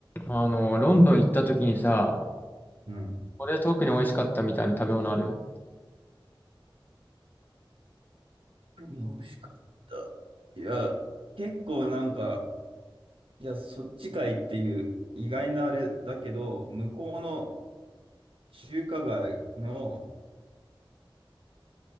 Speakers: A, on the left; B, on the right.
A: あの、ロンドン行った時にさ、
B: うん。
A: これ特に美味しかったみたいな食べ物ある
B: 何が美味しかった。いや、結構なんか、いや、そっちかいっていう意外なあれだけど、向こうの中華街の